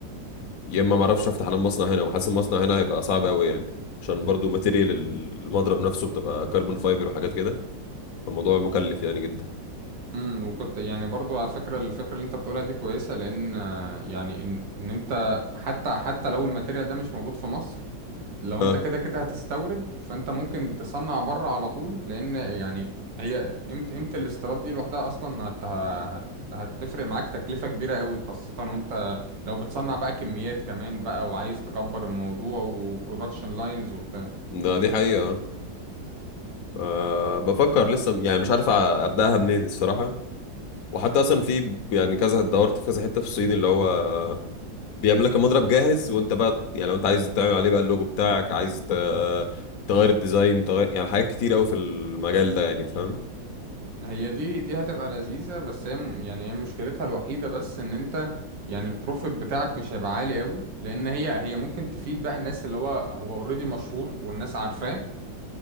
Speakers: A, on the left (about 65°); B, on the right (about 75°).
A: يا اما ما اعرفش افتح على المصنع هنا وحاسس المصنع هنا هيبقى صعب قوي يعني عشان برضو ماتيريال المضرب نفسه بتبقى كربون فايبر وحاجات كده فالموضوع مكلف يعني جدا
B: امم وكنت يعني برضو على فكرة الفكرة اللي انت بتقولها دي كويسة لان آه، يعني ان ان انت حتى حتى لو الماتيريال ده مش موجود في مصر لو
A: اه
B: انت كده كده هتستورد فانت ممكن تصنع بره على طول لان يعني هي قيمة قيمة الاستيراد دي لوحدها اصلا هت... هت... هتفرق معاك تكلفة كبيرة قوي خاصة وانت لو بتصنع بقى كميات كمان بقى وعايز تكبر الموضوع وبرودكشن لاينز وبتاع
A: ده دي حقيقة آه بفكر لسه يعني مش عارف أ- ابداها منين الصراحة وحتى اصلا في يعني كذا دورت في كذا حتة في الصين اللي هو بيعمل لك المضرب جاهز وانت بقى يعني لو انت عايز تعمل عليه بقى اللوجو بتاعك عايز ت- تغير الديزاين تغير يعني حاجات كتير قوي في المجال ده يعني تفهم
B: هي دي دي هتبقى لذيذة بس هي م- يعني هي مشكلتها الوحيدة بس ان انت يعني البروفيت بتاعك مش هيبقى عالي قوي لان هي هي ممكن تفيد بقى الناس اللي هو هو اوريدي مشهور والناس عارفاه